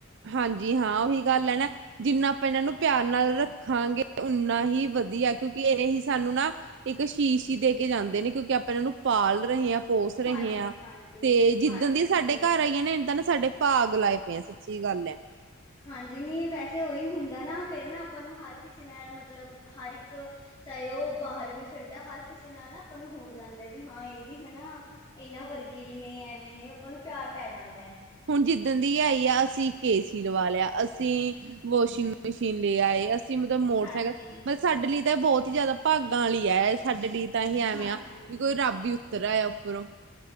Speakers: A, on the right (about 55°); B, on the left (about 20°).
A: ਹਾਂਜੀ ਹਾਂ ਔਹੀ ਗੱਲ ਹੈ ਨਾ ਜਿੰਨਾ ਆਪਾਂ ਇਹਨਾਂ ਨੂੰ ਪਿਆਰ ਨਾਲ ਰੱਖਾਂਗੇ ਉਨਾ ਹੀ ਵਧੀਐ, ਕਿਉਂਕਿ ਇਹ ਹੀ ਸਾਨੂੰ ਨਾ ਇੱਕ ਅਸ਼ੀਸ਼ ਹੀ ਦੇ ਕੇ ਜਾਂਦੇ ਨੇ, ਕਿਉਂਕਿ ਆਪਾਂ ਇਹਨਾਂ ਨੂੰ ਪਾਲ ਰਹੇ ਹਾਂ ਪੋਸ ਰਹੇ
B: ਹਾਂਜੀ
A: ਹਾਂ
B: ਹਾਂਜੀ
A: ਤੇ ਜਿੱਦਣ
B: ਹਾਂਜੀ
A: ਦੀ
B: ਬਿਲਕੁਲ
A: ਸਾਡੇ ਘਰ ਆਈਆਂ ਨੇ ਇਹ ਤ ਨ ਸਾਡੇ ਭਾਗ ਲਾਏ ਪਏ ਐ ਸਚੀ ਗੱਲ ਹੈ
B: ਹਾਂਜੀ ਨਹੀਂ ਵੈਸੇ ਉਹੀ ਹੁੰਦਾ ਨਾ, ਫੇਰ ਨਾ ਆਪਾਂ ਨੂੰ ਹਰ ਕਿਸੇ ਨਾਲ ਮਤਲਬ ਹਰ ਇੱਕ ਚਾਹੇ ਉਹ ਬਾਹਰ ਵੀ ਫਿਰਦਾ ਹਰ ਕਿਸੇ ਨਾਲ ਨਾ ਆਪਾਂ ਨੂੰ ਹੋ ਜਾਂਦਾ ਵੀ ਹਾਂ ਇਹ ਵੀ ਹੈ ਨਾ ਇਹਨਾਂ ਵਰਗੇ ਹੀ ਨੇ ਐਵੇਂ ਨੇ ਆਪਾਂ ਨੂੰ ਪਿਆਰ ਪੈ ਜਾਂਦਾ ਐ।
A: ਹੁਣ ਜਿੱਦਣ ਦੀ ਆਈ ਆ ਅਸੀਂ ਇਕ ਏ ਸੀ ਲਵਾ ਲਿਆ, ਅਸੀਂ ਵਾਸ਼ਿੰਗ ਮਸ਼ੀਨ ਲੈ ਆਏ। ਮਤਲਬ ਮੋਟਰਸਾਈਕਲ,
B: ਹਾਂਜੀ
A: ਪਰ ਸਾਡੇ ਲਈ ਤਾਂ ਬਹੁਤ ਜਿਆਦਾ ਭਾਗਾਂ ਵਾਲੀ ਹੈ, ਐ ਸਾਡੇ ਲਈ। ਤਾਂ ਹੀ ਐਵੇਂ
B: ਹਾਂਜੀ
A: ਆ, ਵੀ ਕੋਈ ਰੱਬ ਹੀ ਉੱਤਰ ਆਇਆ ਉੱਪਰੋਂ